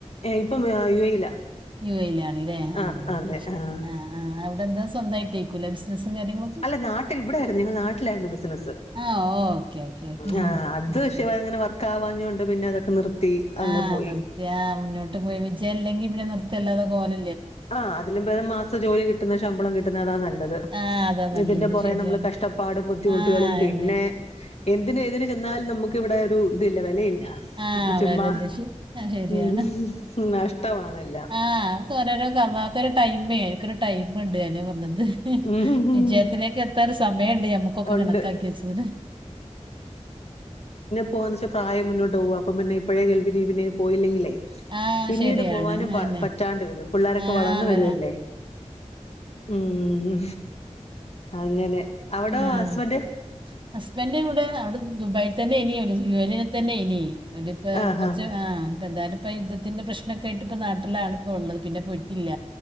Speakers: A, on the left; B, on the right.
A: ഇപ്പം യു എയിലാ
B: യു എയിലാണല്ലേ
A: ആഹ്
B: ആഹ
A: അതെ
B: ശരി
A: ആഹ്
B: ആഹ അവിടെന്താ സ്വന്തമായിട്ടേക്കൂല്ലെ ബിസ് സും കാര്യങ്ങളും
A: അല്ല നാട്ടിൽ ഇവിടെയായിരുന്നു നിങ്ങൾ നാട്ടിലായിരുന്നു ബിസിനസ്സ്
B: ആ ഓക്കെ ഓക്കെ ഓക്കെ
A: ആ അത് വിഷയ
B: ശരി
A: അങ്ങനെ വ കാവാഞ്ഞ കൊണ്ട് പിന്നെ അതൊക്കെ നിർത്തി അങ്ങെ
B: ആ
A: പോയി
B: നിർത്തിയ മുന്നോട്ട് പോയി വിച്ച അല്ലെങ്കി പിന്നെ നിർത്തല്ലാതെ കോല
A: ആഹ് അതിലും പേതംമാസ ജോലി കിട്ടുന്നുന്നത് ശമ്പളം കിട്ടുന്ന അതാ നല്ലത്
B: ആ അതാ നല്ലത്
A: ഇതിന്റെ പുറേ
B: ശരിയാണ്
A: നമ്മള് കഷ്ടപ്പാടും ബുദ്ധിമുട്ടുകളും
B: ആ
A: പിന്നെ
B: എന്നെ
A: എന്തിന് ഏതിന് ചെന്നാലും നമുക്ക് ഇവിടെ ഒരു ഇതില്ല വിലയില്ല
B: ആഹ
A: ചുമ്മാ
B: വിലല്ലശആ ശരിയാണ്
A: ഉം നഷ്ടമാണെല്ലാം
B: ആഹ ഓരോരോ കളത്തൊരു ടൈം എനിക്കൊരു ടൈമുണ്ട് അതാ പറഞ്ഞത്
A: ഉം
B: വിജയത്തിലേക്ക് എത്ത ഒരു സമയണ്ട് നമ്മുക്കൊക്കെ
A: ഉണ്ട്
B: കണക്കാക്കി വെച്ചത്
A: പോവാന്ന്ച്ചാ പ്രായം മുന്നോട്ട് പോക അപ്പൊ പിന്നെ ഇപ്പഴേ പിന്ന പോയില്ലെങ്കിലേ
B: ആ
A: പിന്നീട്
B: ശരിയാണ്
A: പോവാനും
B: അന്നെ
A: പറ്റാണ്ട് വരും പിള്ളേരൊക്കെ
B: ആ
A: വളർന്
B: വരാ
A: വരുവല്ലേ ഉം അങ്ങനെ അവിടോ
B: ആഹ്
A: ഹസ്ബൻഡ്
B: ഹസ്ബൻഡും ഇവിടെ അവിടെ ദുബായിൽ തന്നെ ഇനിയ യു എനെ തന്നെ ഇനി അവിടിപ്പ
A: ആഹ്
B: കുറച്ച്
A: ആഹ്
B: ആ എന്തായാലുപ്പ യുദ്ധത്തിന്റെ പ്രശ്നം ക്കെയിട്ട് ഇപ്പ നാട്ടിലാണ് ഇപ്പ ഉള്ളത് പിന്നെ പോയിട്ടില്ല.